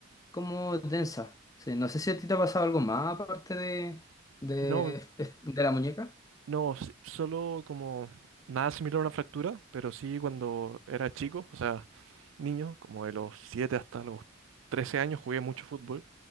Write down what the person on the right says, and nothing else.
No,
No, s- solo como nada similar a una fractura, pero sí cuando era chico, o sea, niño, como de los 7 hasta los 13 años jugué mucho fútbol